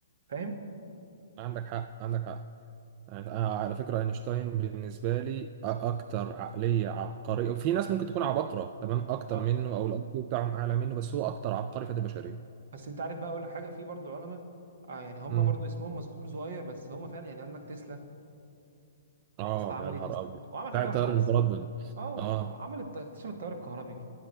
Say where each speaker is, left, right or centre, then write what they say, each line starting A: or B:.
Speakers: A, on the right; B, on the right.
A: فاهم
B: عندك حق عندك حق أنا على فكرة أينشتاين بالنسبة لي أ- أكتر عقلية عبقرية وفي ناس ممكن تكون عباقرة تمام أكتر
A: اه
B: منه أو الأي كيو بتاعهم أعلى منه بس هو أكتر عبقري في البشرية
A: بس انت عارف بقى اقول لك حاجه في برضو علماء آه يعني هم
B: امم
A: برضو اسمهم مذكور صغير بس هم فعلا يعني عندك تسلا
B: آه
A: تسلا عمل
B: يا نهار
A: ايه تسلا
B: أبيض
A: هو عمل
B: بتاع
A: حاجه
B: التيار
A: واحده بس
B: المتردد
A: اه
B: آه
A: عم- عمل الت- اكتشف التيار الكهربي